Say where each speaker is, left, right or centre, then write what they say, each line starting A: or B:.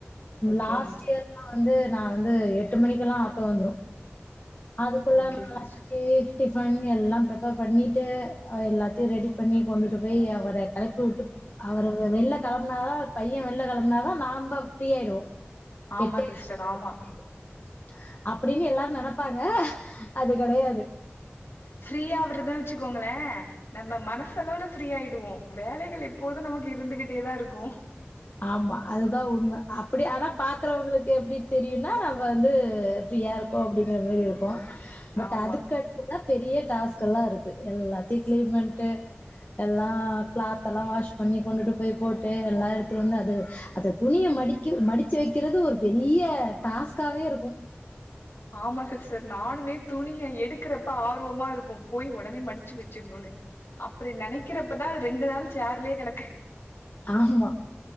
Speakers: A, on the left; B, on the left.
A: ஓகே
B: லாஸ்ட் இயர் நா வந்து நா வந்து எட்டு மணிக்கெல்லா ஆட்டோ வந்துரூ அதுக்குள்ள
A: ஓகே
B: நா
A: சிஸ்டர்
B: லன்ச் க்கு டிஃபன் எல்லா ப்ரிப்பேர் பண்ணிட்டு அ எல்லாத்தையூ ரெடி பண்ணி கொண்டுட்டு போய் அவர கெளப்பி வுட்டு அவர வெள்ல கிளப்பனாதா பைய வெள்ல கிளம்பனாதா நாம ஃப்ரீயாய்டுவோ
A: ஆமா
B: எட்டர
A: சிஸ்டர்
B: <inaudible>
A: ஆமா
B: அப்பிடின்னு எல்லாரூ நெனைப்பாங்க அது கெடயாது
A: ஃப்ரீஆவுறதுன் வச்சுக்கோங்களே நம்ம மனசளவுல ஃப்ரீ ஆயிடுவோ வேலைகள் எப்போது நமக்கு இருந்துகிட்டேதா இருக்கோ
B: ஆமா அதுதா உண்ம அப்பிடி ஆனா பாக்குறவுங்களுக்கு எப்டி தெரியுன்னா நம்ப வந்து ஃப்ரியா இருக்கோ அப்பிடிங்கிற மாரி இருக்கோ பட்
A: ஆமா
B: அதுக்கடுத் ப்றந்தா பெரிய டாஸ்க்கெல்லா இருக்கு எல்லாத்யூ க்ளீன் பண்ட்டு எல்லா கிளாத்தெல்லா வாஷ் பண்ணி கொண்டுட்டு போய் போட்டு எல்லா எடுத்துட்வந்து அது அத துணிய மடிக்கு மடுச்சு வைக்கிறது ஒரு பெரிய டாஸ்க் காவே இருக்கோ
A: ஆமா சிஸ்டர் நானுமே துணிய எடுக்கறப்ப ஆர்வமா இருக்கோ போய் உடனே மடிச்சு வச்சிட்ணனு அப்டி நெனைக்கறப்பதா ரெண்டு நாள் சேர்லயே கெடக்கு
B: ஆமா